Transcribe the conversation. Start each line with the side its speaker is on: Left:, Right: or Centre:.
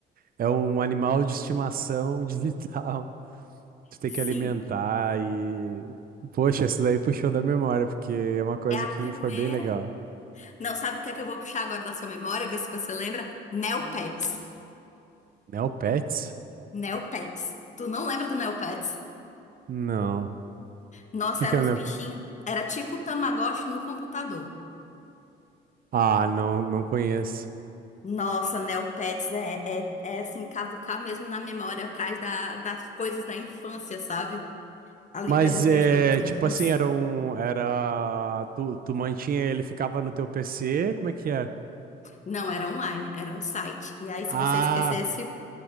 Right: é um animal de estimação digital. <laughs> Tu tem
Left: <laughs>
Right: que alimentar
Left: Sim,
Right: e. Poxa, isso daí puxou da memória, porque é uma coisa
Left: é a
Right: que
Left: primeira.
Right: foi bem legal.
Left: Não, sabe o que é que eu vou puxar agora da sua memória, ver se você lembra? Neopets.
Right: Neopets?
Left: Neopets. Tu não lembra do Neopets?
Right: Não. O
Left: Nossa,
Right: que que
Left: eram
Right: é o
Left: uns
Right: Neo...
Left: bichinhos. Era tipo o Tamagotchi no computador.
Right: Ah, não, não conheço.
Left: Nossa, Neopets é, é, é assim, cavucar mesmo na memória atrás da- das coisas da infância, sabe? Ali
Right: Mas
Left: pelos meus
Right: é,
Left: 12
Right: tipo
Left: anos.
Right: assim, era um, era, tu, tu mantinha ele, ficava no teu PC, como é que é?
Left: Não, era online, era um site. E aí, se
Right: Ah,
Left: você esquecesse,